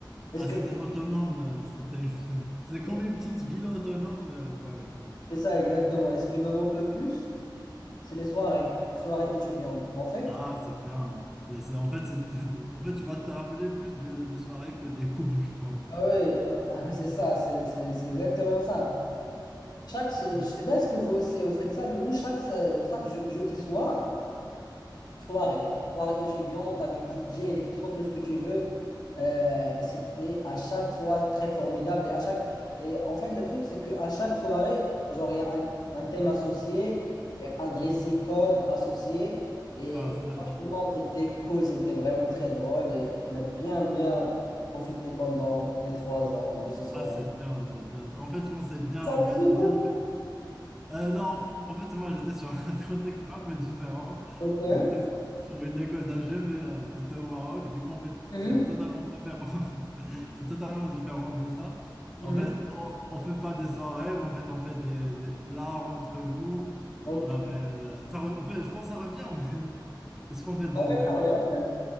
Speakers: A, on the left (about 55°); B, in the centre.
A: Est-ce
B: ah,
A: que
B: c'était autonome. euh, C'était une- <laughs> C'est
A: c'est
B: comme une petite ville autonome, euh, quoi, je pense.
A: c'est ça exactement? Est-ce qui me manque le plus? C'est les soirées, les soirées étudiantes. En fait,
B: Ah, c'est bien. C'est, c'est- en fait, c'est- <laughs> en fait, tu vas te rappeler plus de, de soirées que des cours, je pense.
A: Ah oui, bah, <laughs> c'est ça, c'est c'est- c'est exactement ça. Chaque, je
B: Oui.
A: sais pas est-ce que vous aussi vous faites ça, mais nous, chaque, se- chaque je- jeudi soir, soirée, soirée étudiante avec DJ, électro, tout ce que tu veux, euh, et c'était à chaque fois très formidable. Et, à chaque, et en fait, le truc, c'est qu'à chaque soirée, genre, il y a un, un thème associé, et un dressing code associé. Et
B: Ah, ça,
A: franchement, c'était cool, c'était vraiment très drôle et on a bien, bien profité pendant les trois ans de ce soir.
B: Ah, c'est bien, c'est bien. En fait, quand c'est bien
A: Ça
B: organisé,
A: aussi vous?
B: en fait. Euh, non, en, en fait, moi, j'étais sur un <laughs> contexte un peu différent.
A: Ok.
B: J'étais sur une école d'ingé, mais euh, c'était au Maroc. Du coup, en fait,
A: Mhm,
B: c'est totalement différent. <laughs> C'est totalement différent de ça.
A: mhm,
B: En fait, on, on fait pas des soirées, mais en fait, on fait des, des plats entre nous.
A: Ok.
B: On avait. euh, Ça, re- en fait, je pense que ça revient, <laughs> mais. Est-ce qu'on fait des
A: Ah ouais, Charleroi même.